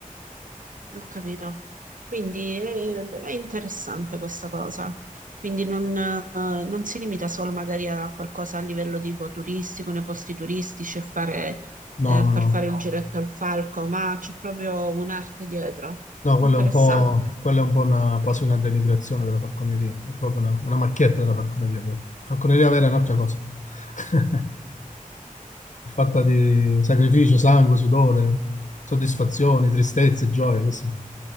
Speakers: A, on the right (about 70°); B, on the left (about 60°).
A: Ho capito. Quindi eh, è, interessante questa cosa. Quindi non, eh, non si limita solo magari a qualcosa a livello tipo turistico, nei posti turistici, a fare,
B: No,
A: eh,
B: no,
A: far
B: no.
A: fare il giretto al falco, ma c'è proprio un'arte dietro.
B: No,
A: Interessante.
B: quella è un po', quella è un po' una, quasi una denigrazione della falconeria, è proprio una, una macchietta della falconeria quella. Falconeria vera è un'altra cosa, <laughs> è fatta di sacrificio, sangue, sudore, soddisfazioni, tristezze, gioie. questo.